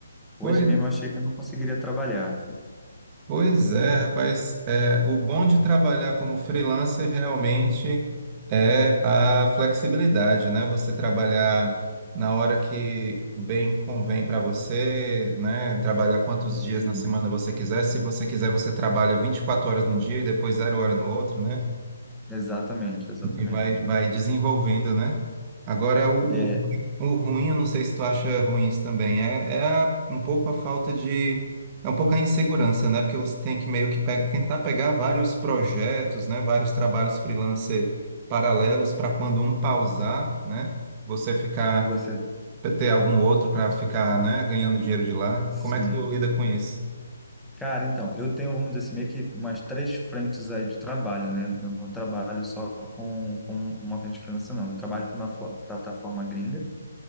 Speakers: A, in the centre; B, on the right.
A: Hoje
B: Pois
A: mesmo eu achei que eu não conseguiria trabalhar.
B: Pois é, rapaz. É, o bom de trabalhar como freelancer realmente é a flexibilidade, né? Você trabalhar na hora que bem convém para você, né? Trabalhar quantos
A: Sim,
B: dias na semana você quiser. Se você quiser, você trabalha 24 horas num dia e depois zero hora no outro, né?
A: exatamente, exatamente.
B: E vai, vai desenvolvendo, né? Agora, o,
A: É,
B: o, ruim, o ruim, eu não sei se tu acha ruim isso também, é, é a- um pouco a falta de. É um pouco a insegurança, né? Porque você tem que meio que pega, tentar pegar vários projetos, né? Vários trabalhos freelancer paralelos para quando um pausar, né? Você ficar,
A: você,
B: ter algum outro para ficar, né? Ganhando dinheiro de lá.
A: sim.
B: Como é que tu lida com isso?
A: Cara, então, eu tenho, vamos dizer assim, meio que umas três frentes aí de trabalho, né? Eu não trabalho só com, com uma frente financeira, não. Eu trabalho para uma fla- plataforma gringa,